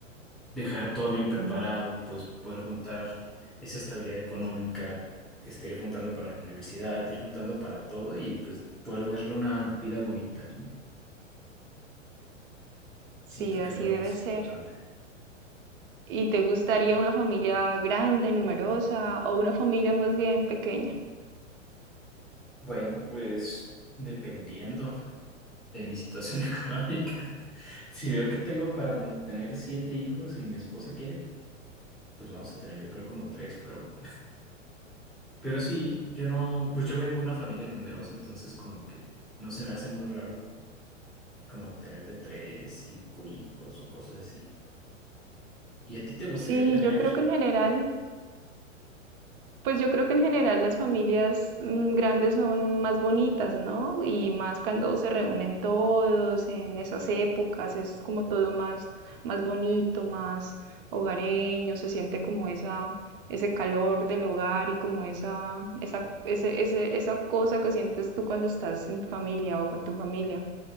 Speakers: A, in the centre; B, on the right.
A: dejar todo bien preparado,
B: Ujú.
A: pues poder juntar esa estabilidad económica, este, ir juntando para la universidad, ir juntando para todo y pues poder darle una vida bonita, ¿no?
B: sí,
A: Siento
B: así
A: que es lo
B: debe
A: más
B: ser.
A: importante.
B: ¿Y te gustaría una familia grande, numerosa o una familia más bien pequeña?
A: Bueno, pues dependiendo de mi situación <laughs> económica, si veo que tengo para mantener siete hijos y mi esposa quiere, pues vamos a tener yo creo como tres, pero Pero sí, yo no, pues yo vengo de una familia numerosa, entonces como que no se me hace muy raro como tenerte tres, cinco hijos o cosas así. ¿Y a ti te gustaría
B: Sí,
A: tener?
B: yo creo que en general Pues yo creo que en general las familias mm, grandes son más bonitas, ¿no? Y más cuando se reúnen todos en esas épocas, es como todo más, más bonito, más hogareño, se siente como esa, ese calor del hogar y como esa, esa, ese, ese- esa cosa que sientes tú cuando estás en familia o con tu familia.